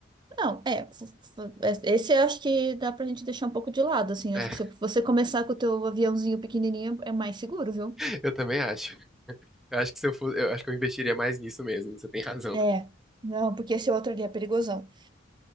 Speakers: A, on the right; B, in the centre.
A: Não, é, f- f- é, esse eu acho que dá pra gente deixar um pouco de lado, assim. Acho
B: É,
A: que se você começar com o teu aviãozinho pequenininho é mais seguro, viu?
B: <laughs> eu também acho. Eu acho que se eu fosse, eu acho que eu investiria mais nisso mesmo, você tem razão.
A: É, não, porque esse outro ali é perigoso.